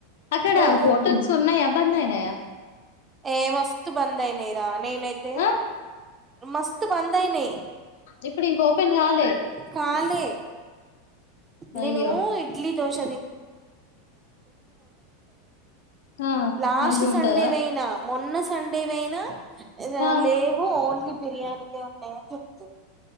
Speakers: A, on the left; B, on the right.
A: అక్కడ
B: రో
A: హోటల్స్ ఉన్నాయా బంద్ అయినాయా
B: ఏ మస్తు బందైనయ్ రా నేనైతే
A: ఆ
B: మస్తు బందైనాయ్
A: ఇప్పుడు ఇంక ఓపెన్ కాలే
B: కాల్ పే నేను
A: అయ్యో
B: ఇడ్లీ దోశ
A: ఆ
B: లాస్ట్
A: మంచిగుంటదా
B: సండే నే నా మొన్న సండే పోయినా
A: ఆ
B: అ లేవు ఓన్లీ బిర్యానీకే ఉంటాయని చెప్తురు